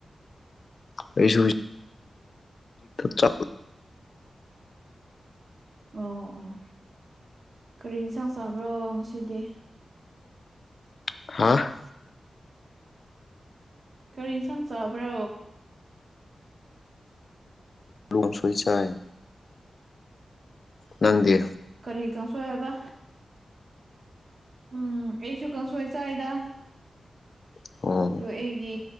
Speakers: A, on the left; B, on the right.
A: ꯑꯩꯁꯨ ꯆ
B: ꯑꯣ ꯑꯣ ꯀꯔꯤ ꯌꯦꯟꯁꯥꯡ ꯆꯥꯕ꯭ꯔꯣ ꯉꯁꯤꯗꯤ
A: ꯍꯥꯥ
B: ꯀꯔꯤ ꯌꯦꯟꯁꯥꯡ ꯆꯥꯕ꯭ꯔꯣ
A: ꯂꯣꯡ ꯁꯣꯏ ꯆꯥꯏ ꯅꯪꯗꯦ
B: ꯀꯔꯤ ꯀꯥꯡꯁꯣꯏ ꯍꯥꯏꯕ ꯎꯝ ꯑꯩꯁꯨ ꯀꯥꯡꯁꯣꯏ ꯆꯥꯏꯗ
A: ꯑꯣ
B: ꯑꯗꯨꯣ ꯑꯩꯒꯤ